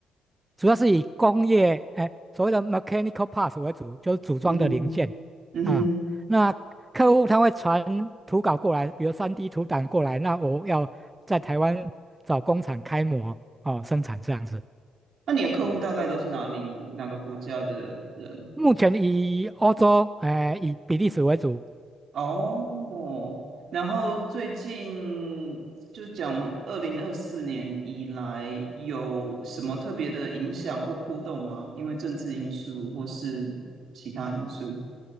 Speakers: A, on the right; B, on the right.
A: 主要是以工业哎、所谓的 mechanical parts 为主，就是组装的零件
B: 嗯哼嗯哼，
A: 啊。那客户他会传图稿过来，比如三 d 图档过来，那我要在台湾找工厂开模哦生产这样子。
B: 那你的客户大概都是哪里哪个国家的人？
A: 目前以欧洲，哎、以比利时为主
B: 哦，然后最近就讲二零二四年以来有什么特别的影响或波动吗？因为政治因素或是其他因素？